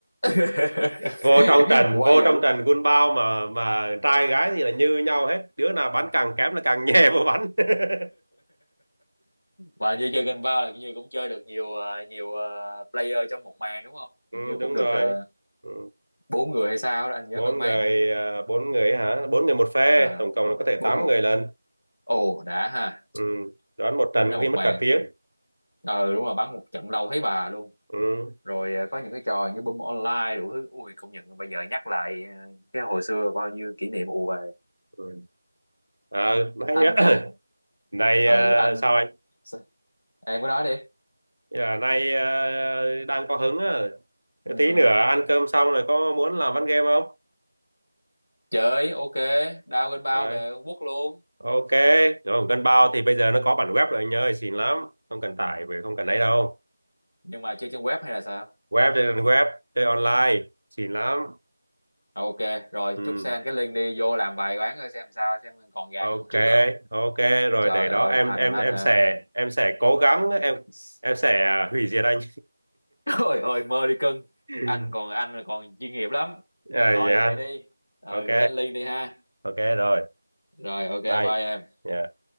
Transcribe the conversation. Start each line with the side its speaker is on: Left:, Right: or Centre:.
Left: <laughs>
Right: vô trong trình
Left: quá
Right: vô
Left: dữ
Right: trong trình quân bao mà mà trai gái thì là như nhau hết đứa nào bánh càng kém là càng <laughs> nhè vào bánh <laughs>
Left: Và như chơi Gun Bao là như cũng chơi được nhiều ờ, nhiều ờ, player trong một màn đúng không?
Right: ừ,
Left: Hình như cũng
Right: đúng
Left: được
Right: rồi
Left: ờ,
Right: ừ.
Left: bốn người hay sao đó anh nhớ
Right: bốn
Left: mang máng.
Right: người à, bốn người hả bốn người một phe
Left: Ờ,
Right: tổng cộng là có thể
Left: bốn
Right: tám
Left: người.
Right: người lên
Left: Ồ đã ha.
Right: ừ. đoán một trận
Left: Tính ra
Right: có
Left: một
Right: khi mất
Left: màn.
Right: cả tiếng
Left: Ờ đúng rồi bắn một trận lâu thấy bà luôn.
Right: ừ.
Left: Rồi ờ, có những cái trò như Boom Online đủ thứ. Ui công nhận bây giờ nhắc lại ờ, cái hồi xưa bao nhiêu kỷ niệm ù về.
Right: Ừ. À, nay
Left: Anh
Right: á,
Left: nè.
Right: <coughs> <clears throat> nay
Left: Ừ
Right: à,
Left: anh.
Right: sao anh
Left: Sao? Em cứ nói đi.
Right: à, nay à, đang có hứng á.
Left: Ừ.
Right: tí nữa ăn cơm xong rồi có muốn làm ván game không
Left: Chơi ok, đao Gun Bao
Right: à,
Left: về Trung Quốc luôn.
Right: Ok, rồi gần bao thì bây giờ nó có bản web rồi anh ơi, xịn lắm. Không cần tải về không cần ấy đâu.
Left: Nhưng mà chơi trên web hay là sao?
Right: Web trên web, chơi online, xịn lắm.
Left: Ok, rồi
Right: Ừ,
Left: chúc Sen cái link đi vô làm vài quán coi xem sao, xem còn gà
Right: ok,
Left: như lúc trước không.
Right: ok, rồi
Left: Trời
Right: để
Left: ơi,
Right: đó em
Left: hành
Right: em
Left: anh
Right: em
Left: hả?
Right: sẽ em sẽ cố gắng
Left: <laughs>
Right: em em sẽ à, hủy diệt anh.
Left: Ôi ơi, mơ đi cưng.
Right: <laughs>
Left: Anh còn anh còn chuyên nghiệp lắm.
Right: À,
Left: Rồi
Right: dạ,
Left: vậy đi. Ờ,
Right: Ok,
Left: gửi anh link đi ha.
Right: ok rồi,
Left: Rồi ok bye
Right: bye.
Left: em.
Right: Dạ.